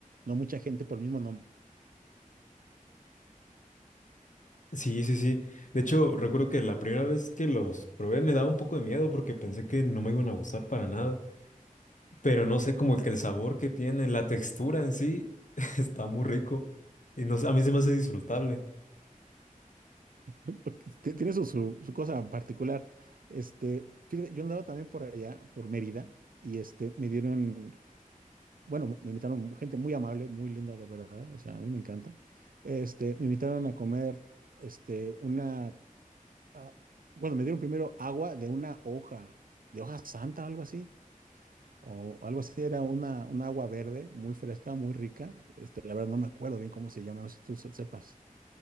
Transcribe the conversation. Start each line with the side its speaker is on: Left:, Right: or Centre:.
Right: No mucha gente por el mismo nombre,
Left: Sí, sí, sí. De hecho, recuerdo que la primera vez que los probé me daba un poco de miedo porque pensé que no me iban a gustar para nada. Pero no sé, como que el sabor que tiene, la textura en sí, <laughs> está muy rico. Y no sé, a mí se me hace disfrutable.
Right: <laughs> porque te- tiene su, su, su cosa en particular. Este, fíjate, yo andaba también por allá, por Mérida, y este, me dieron, bueno, me me invitaron gente muy amable, muy linda de verdad, o sea, a mí me encanta. Este, me invitaron a comer, este, una ah, bueno, me dieron primero agua de una hoja, de hoja santa, algo así, o algo así, era una, una agua verde, muy fresca, muy rica. Este, la verdad no me acuerdo bien cómo se llama, no sé si tú se- sepas.